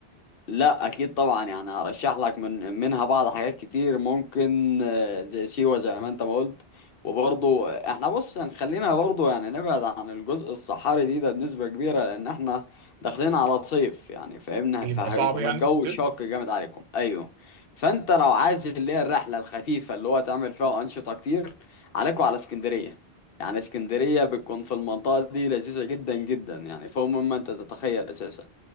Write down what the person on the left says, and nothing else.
لا اكيد طبعا يعني هرشح لك من منها بعض حاجات كتير ممكن آه، زي سيوة زي ما انت ما قلت وبرضه احنا بص يعني خلينا برضه يعني نبعد عن الجزء الصحاري دي ده بنسبة كبيرة لان احنا داخلين على صيف يعني فاهمنا
فهيكون
الجو
شاق جامد عليكم ايوه فانت لو عايز اللي هي الرحلة الخفيفة اللي هو تعمل فيها انشطة كتير عليكم على اسكندرية يعني اسكندرية بتكون في المنطقة دي لذيذة جدا جدا يعني فوق مما انت تتخيل اساسا